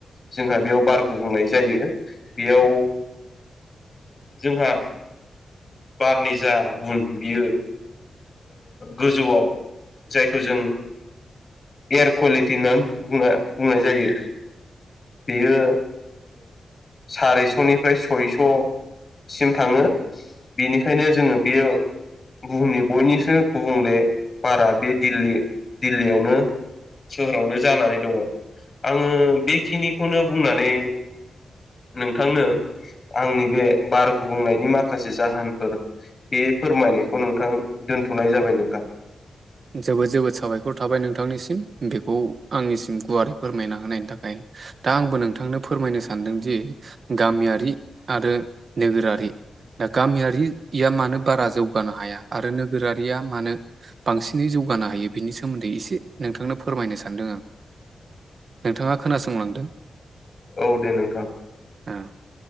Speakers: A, on the left; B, on the right.
A: जोंहा बेयाव बार गुबुंनाय जायो बेयाव जोंहा बारनि जा गुन बियो गोजौआव जायखौ जों एयार कुवालिटि होननानै बुंना बुंनाय जायो बेयो सारिस'निफ्राय सयस' सिम थाङो बेनिखायनो जोङो बियो बुहुमनि बयनिख्रुइ गुबुंले बारा बे दिल्ली दिल्लीयावनो सोहोरावनो जानानै दङ आङो बेखिनिखौनो बुंनानै नोंथांनो आंनि बे बार गुबुंनायनि माखासे जाहोनफोर बे फोरमायनायखौ नोंथां दोनथ'नाय जाबाय नोंथां
B: जोबोद जोबोद साबायखर थाबाय नोंथांनिसिम बेखौ आंनिसिम गुवारै फोरमायना होनायनि थाखाय दा आंबो नोंथांनो फोरमायनो सानदोंदि गामियारि आरो नोगोरारि दा गामियारिया मानो बारा जौगानो हाया आरो नोगोरारिया मानो बांसिनै जौगानो हायो बिनि सोमोन्दै एसे नोंथांनो फोरमायनो सानदों आं नोंथाङा खोनासंलांदो
A: औ दे नोंथां
B: औ